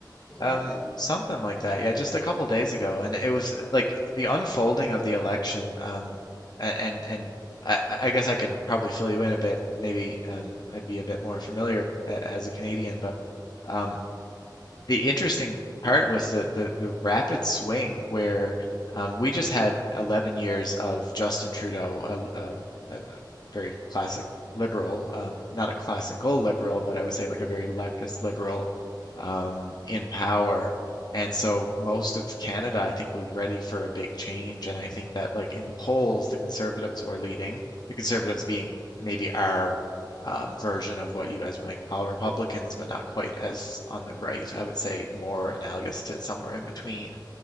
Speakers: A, on the left (about 15°); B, on the left (about 60°).
A: Was it
B: Um,
A: Monday?
B: something like that. Yeah, just a couple days ago, and it was uh, like the unfolding of the election. Um, and and, and I, I I guess I can probably fill you in a bit. Maybe um, I'd be a bit more familiar a- as a Canadian, but um, the interesting part was the the, the rapid swing where um, we just had 11 years of Justin Trudeau, a, a, a a very classic liberal, um, not a classical liberal, but I would say like a very leftist liberal um, in power. And so most of Canada, I think, was ready for a big change. And I think that like in polls, the Conservatives were leading, the Conservatives being maybe our um, version of what you guys would like call Republicans, but not quite as on the right. I would say more analogous to somewhere in between.